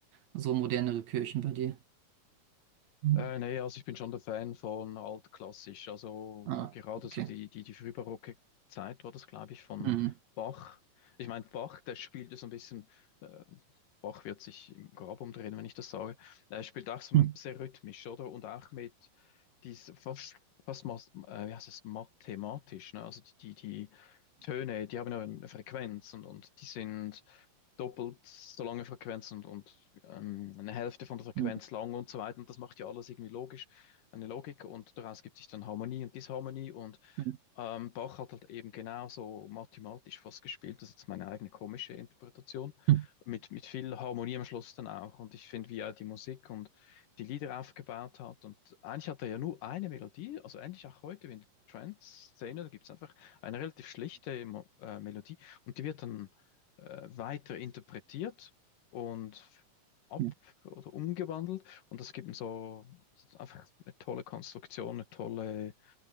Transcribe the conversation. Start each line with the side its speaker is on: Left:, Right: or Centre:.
Right: so modernere Kirchen bei dir? Mhm.
Left: Äh, nee, also ich bin schon der Fan von altklassisch. Also
Right: Ah,
Left: gerade
Right: okay.
Left: so die, die, die frühbarocke Zeit war das, glaube ich, von
Right: Mhm.
Left: Bach. Ich meine, Bach, der spielte so ein bisschen, äh, Bach wird sich im Grab umdrehen, wenn ich das sage. Er spielt auch so
Right: Mhm.
Left: sehr rhythmisch, oder? Und auch mit dies fast, fast mas- äh, wie heißt es, mathematisch, ne? Also die, die, die Töne, die haben ja eine Frequenz und, und die sind doppelt so lange Frequenz und, und ähm, eine Hälfte von der Frequenz
Right: Mhm.
Left: lang und so weiter. Und das macht ja alles irgendwie logisch, eine Logik und daraus gibt sich dann Harmonie und Disharmonie und
Right: Mhm.
Left: ähm, Bach hat halt eben genauso mathematisch fast gespielt, das ist jetzt meine eigene komische Interpretation,
Right: Mhm.
Left: mit, mit viel Harmonie am Schluss dann auch. Und ich finde, wie er die Musik und die Lieder aufgebaut hat. Und eigentlich hat er ja nur eine Melodie, also eigentlich auch heute in der Trance-Szene, da gibt es einfach eine relativ schlichte Mo äh, Melodie und die wird dann äh, weiter interpretiert und ab
Right: Mhm.
Left: oder umgewandelt. Und das gibt ihm so einfach eine tolle Konstruktion, eine tolle